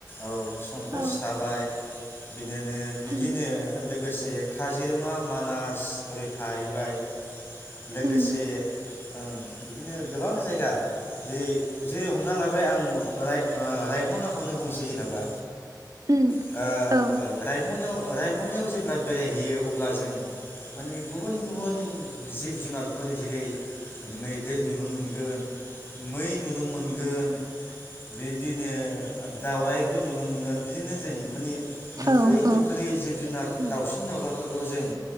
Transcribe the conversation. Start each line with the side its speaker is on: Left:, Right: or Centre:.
Left: औ संकस
Right: औ
Left: थाबाय <unintelligible> बिदिनो
Right: उम
Left: लोगोसे काजिरङा मानास होरै थाहैबाय लोगोसे
Right: उम
Left: ओं बिदिनो गोबां जायगा जेरै जेरै हमना लाबाय आं रां रायम'नाखौनो बुंनोसै जेनेबा।
Right: उम
Left: ओ
Right: औ उम
Left: रायमनायाव। रायम'नायाव जेब्ला। बेरायहैयो अब्ला जों माने गुबुन गुबुन जिब जुनारफोर जेरै मैदेर नुनो मोनगोन मै नुनो मोनगोन बिदिनो दावराइफोर नुनो मोनगोन बिदिनो जों माने नुफोरै
Right: औ
Left: नुफोरै
Right: औ
Left: जिब जुनार
Right: उम
Left: दावलाफोरखौ जों